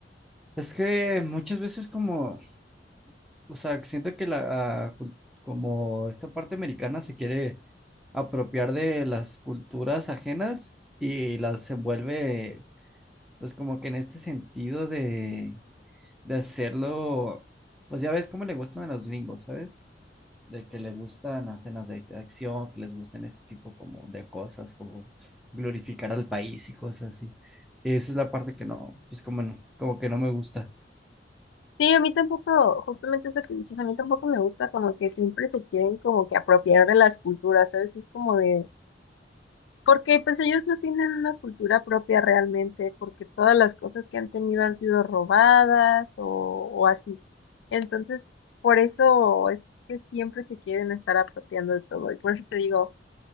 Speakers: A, in the centre; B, on the left.
A: es que muchas veces como, o sea, siento que la, ah, cul- como esta parte americana se quiere apropiar de las culturas ajenas y las envuelve, pues como que en este sentido de, de hacerlo, pues ya ves cómo le gustan a los gringos, ¿sabes? de que le gustan escenas de acción, que les gusten este tipo como de cosas, como glorificar al país y cosas así. Esa es la parte que no, pues como no, como que no me gusta.
B: Sí, a mí tampoco, justamente eso que dices, a mí tampoco me gusta como que siempre se quieren como que apropiar de las culturas, ¿sabes? Es como de, Porque pues ellos no tienen una cultura propia realmente, porque todas las cosas que han tenido han sido robadas o, o así. Entonces, por eso es que siempre se quieren estar apropiando de todo. Y por eso te digo,